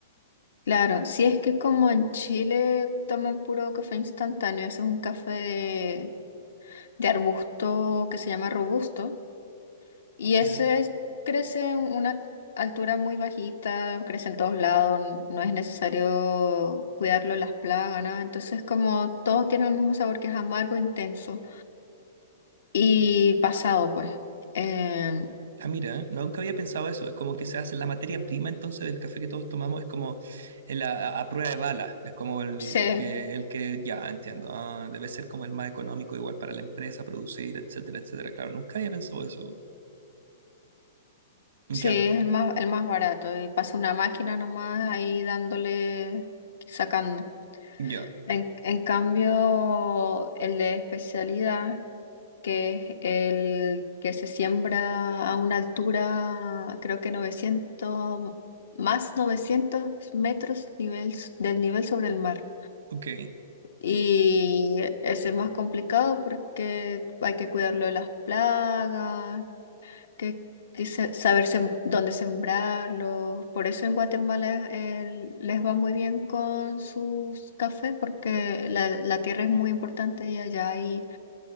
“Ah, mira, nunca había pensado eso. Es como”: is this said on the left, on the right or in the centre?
Right